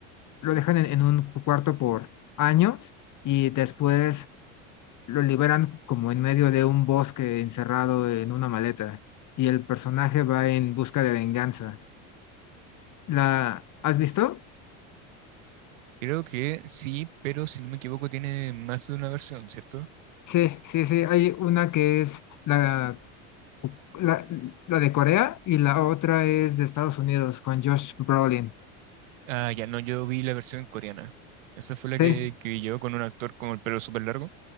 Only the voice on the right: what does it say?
Creo que sí, pero si no me equivoco tiene más de una versión, ¿cierto?
Ah, ya no, yo vi la versión coreana. Esa fue la
que, que vi yo con un actor con el pelo súper largo.